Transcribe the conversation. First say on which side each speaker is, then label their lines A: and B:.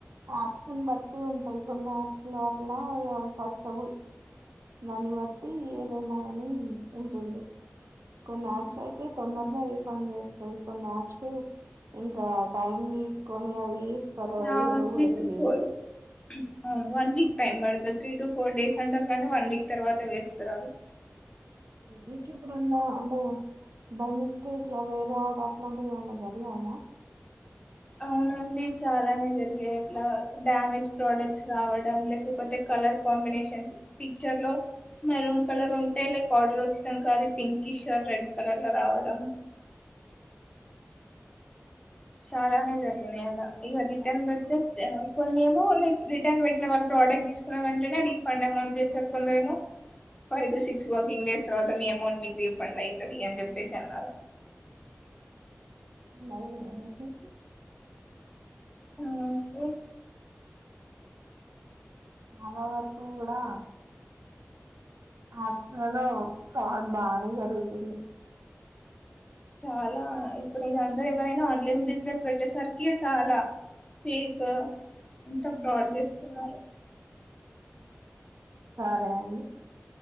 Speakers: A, on the right; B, on the left.
A: ఆప్షన్ బట్లు ఉంటాయి కొన్ని యాప్స్ లో అట్లా కష్టబుల్ దాని వట్టి ఏదైనా అని ఉంటుంది కొన్ని యాప్స్ అయితే తొందరలో వీస్ పన్ను కొన్ని యాప్స్ ఇంకా టైమ్ తీసుకొని అవి తరవయి
B: నా
A: ఎవరో
B: త్రీ
A: గుడా తెలిదు
B: టు ఫోర్ అవును వన్ వీక్ టైం పడుతది త్రీ టు ఫోర్ డేస్ అంటారు కానీ వన్ వీక్ తర్వాత వేస్తారు అళ్లు
A: నికి ఇప్పుడన్నా అంటే బై మిస్టేక్లా వేరే ఆడ అట్లాంటివి ఏమన్నా జరిగాయా
B: అవునండి చాలానే జరిగాయి అట్లా డ్యామేజ్ ప్రొడక్ట్స్ రావడం లేకపోతే కలర్ కాంబినేషన్స్ పిక్చర్ లో మెరూన్ కలర్ ఉంటే లైక్ ఆర్డర్ వచ్ ఇష్టం కాదు పింకిష్ ఆర్ రెడ్ కలర్ల రావడం చాలానే జరిగినాయి అల ఈగ రిటర్న్ బడ్జెట్ తెవు కొన్ని ఏమో లైక్ రిటర్న్ పెట్టిన వాళ్ళు ప్రోడక్ట్ తీసుకున్న వెంటేనే రీఫండ్ అమౌంట్ చేశారు కొందరు ఏమో five to six working days తర్వాత మీ అమౌంట్ మీకు రీఫండ్ అయితది అని చెప్పేసి అన్నారు
A: లై అయ్యో న పింకు
B: ఆ గీ
A: చాలా వరకు కూడా ఆప్స్లలో ఫ్రాడ్ బానే జరుగుతుంది
B: చాలా ఇప్పుడు ఇగ అందరు ఎవరైనా ఆన్లైన్ బిజినెస్ పెట్టేసరికి ఇగ చాలా పేక్ ఎంత
A: ఉమ్
B: ఫ్రాడ్
A: అవును
B: చేస్తున్నారు
A: సరే అని